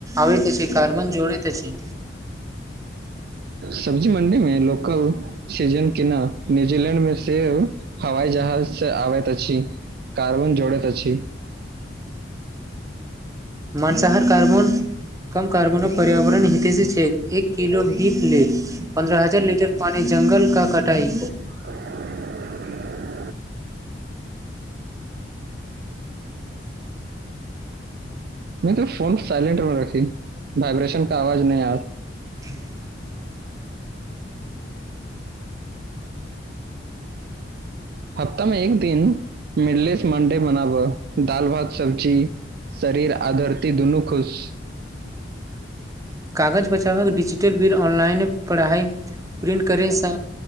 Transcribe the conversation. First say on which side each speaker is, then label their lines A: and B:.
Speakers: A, on the right; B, on the right.
A: आबैत अछि कार्बन जोड़ेत अछि
B: सब्जी मण्डी मे लोकल सीजन केना न्यूजीलैंड मे सेव हवई जहाज से आबैत अछि कार्बन जोड़ैत अछि
A: माँसाहार कार्बन कम कार्बनो पर्यावरण हितेसि छैक एक किलो दीप लेल पन्द्रह हजार लीटर पानि जङ्गलका कटाइ
B: <inaudible> नय तऽ फोन साइलेंट मे रखी वाइब्रेशन का आवाज नय आव
A: <inaudible>
B: हफ्तामे एक दिन मिलडे से मंडे मनाब दाल भात सब्जी शरीर आ धरती दुनू खुश
A: कागज बचावक डिजिटल बिल ऑनलाइन पढ़ाइ प्रिंट करे सँ